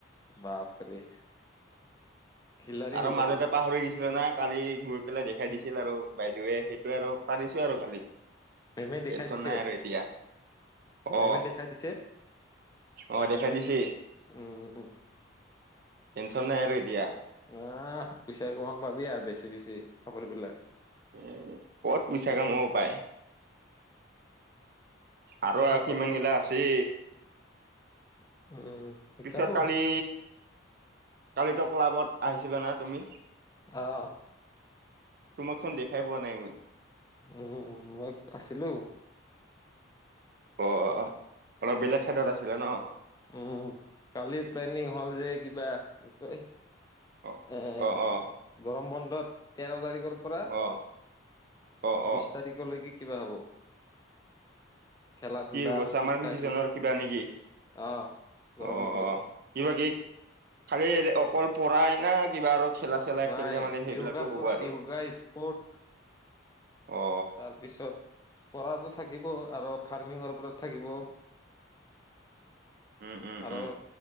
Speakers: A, on the left; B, on the right.
A: বাপৰে। খিলাৰি
B: আৰু
A: হৈ যাবি
B: মাজতে
A: দেখোন।
B: পাহৰি গৈছিলে না কালি গৈ পেলাই দেখাই দিছিল আৰু বাইদেৱে। সেইটো আৰু পাৰিছো আৰু কালি টেনচন
A: মেমে দেখাই দিছে,
B: নাই আৰু এতিয়া।
A: মেমে
B: অ
A: দেখাই দিছে
B: অ দেখাই দিছে
A: উম উ।
B: টেনশ্যন নাই আৰু এতিয়া।
A: আহ পইচা কমাব পাবি আৰু বেছি বেছি কাপোৰ বিলাক
B: এ কত পইচা কামাব পায়। আৰু
A: কিয় নাপাবি?
B: কিমান গিলা আছে।
A: <unintelligible> শিকাব।
B: পিছত কালি কালিতো ক্লাবত আহিছিলা না তুমি।
A: আহ
B: তোমাকচোন দেখাই পোৱা নাই মই।
A: উ মই আছিলো
B: অ অলপ বেলেগ চাইডত আছিলা ন।
A: উম কালি প্লেনিং হল যে কিবা কি কয়।
B: অ
A: এ
B: অ অ
A: গৰম বন্ধত তেৰ তাৰিখৰ। পৰা
B: অ অ
A: বিশ
B: অ
A: তাৰিখলৈকে কিবা হ'ব। খেলা ধূলা
B: কি হব চমাৰ
A: শিক্ষা
B: ভিকেষণৰ কিবা নেকি
A: অ গৰম
B: অ
A: বন্ধত
B: অ কিবা কি খালি অকল পৰা আ ন কিবা আৰু খেলা চেলা
A: নাই
B: খেললে মানে সেইবিলাকো
A: য়োগাৰ পৰা
B: হ'ব আৰু।
A: য়োগা স্পৰ্ট
B: অ
A: তাৰপিছত পঢ়াতো থাকিব আৰু ফাৰ্মিঙৰ ওপৰত থাকিব।
B: উম উম
A: আৰু
B: উম